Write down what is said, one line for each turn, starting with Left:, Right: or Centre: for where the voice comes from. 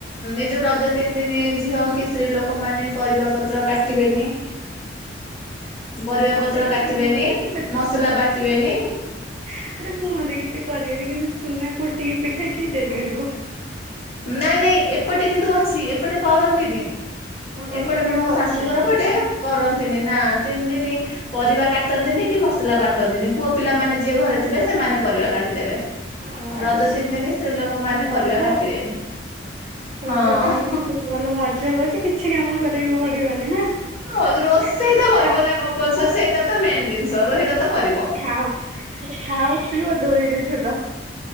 Left: ଏ ଯୋଉ ରଜ ତିନି ଦିନି ଝିଅ କି ସ୍ତ୍ରୀ ଲୋକମାନେ ପରିବା ପତ୍ର କାଟିବେନି।
Right: <unintelligible>
Left: ପରିବା
Right: ହଁ
Left: ପତ୍ର
Right: ସେଇଟା
Left: କାଟିବେନି
Right: କୁହନ୍ତି
Left: ମସଲା ବାଟିବେନି।
Right: ଏଟା କୁହନ୍ତି କିଛି କରିବେନି କିନ୍ତୁ ଚୁନା କୁଟିକି ପିଠା କିଏ ତିଆରି କରିବ?
Left: ନାଇଁ ନାଇଁ ଏପଟେ କିନ୍ତୁ ଅଛି ଏପଟେ କରନ୍ତିନି।
Right: ହଁ ତମେ
Left: ଏପଟେ
Right: ସେପଟେ
Left: ମୋ
Right: କରନ୍ତିନି
Left: ଶାଶୁ ଘର ପଟେ କରନ୍ତିନି ନା ତିନି ଦିନ ପରିବା କାଟନ୍ତିନି କି ମସଲା ବାଟନ୍ତିନି ପୁଅ ପିଲାମାନେ ଯିଏ ଘରେ ଥିବେ ସେମାନେ ପରିବା କାଟିଦେବେ।
Right: ଆଚ୍ଛା
Left: ରଜ ତିନି ଦିନ ସ୍ତ୍ରୀ ଲୋକ ମାନେ
Right: ଭଲ
Left: ପରିବା କାଟିବେନି
Right: ଆଉ। ରଜ
Left: ହଁ।
Right: ତିନି ଦିନ ବହୁତ ଭଲ ମଜା କରଛି କିଛି କାମ କରିବାକୁ ପଡିବନି ନା।
Left: ମୋ ରୋଷେଇ
Right: ଖାଲି
Left: ତ କରିବ
Right: ଖା
Left: ନା କମ୍ପଲସର ସେଇଟା ତ ମେନ ଜିନିଷ ହେଇଟାତ କରିବ।
Right: ଆ ଉଁ ଖାଲି ଖାଅ ପିଇବ ଦୋଳିରେ ଝୁଲ।